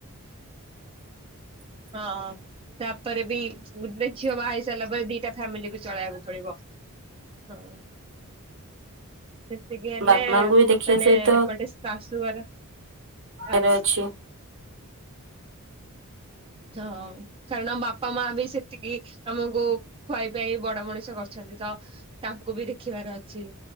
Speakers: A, on the right; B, on the right.
A: ହଁ ହ ତାପରେ ବି ଗୋଟେ ଝିଅ ବାହା ହେଇ ସାରିଲା ପରେ ଦିଟା ଫ୍ୟାମିଲି କୁ ଚଳେଇବାକୁ ପଡିବ। ହଁ। ସେତିକି ହେଲେ
B: ବାପା ମାଙ୍କୁ ବି ଦେଖିବା
A: ମାନେ
B: ସହିତ
A: ଏପଟେ ଶାଶୁଘର <unintelligible>
B: ବାର ଅଛି।
A: ହଁ କାରଣ ବାପା ମା ବି ସେତିକି ଆମକୁ ଖୁଆଇ ପିଆଇ ବଡ ମଣିଷ କରିଛନ୍ତି ତ ତାଙ୍କୁ ବି ଦେଖିବାର ଅଛି।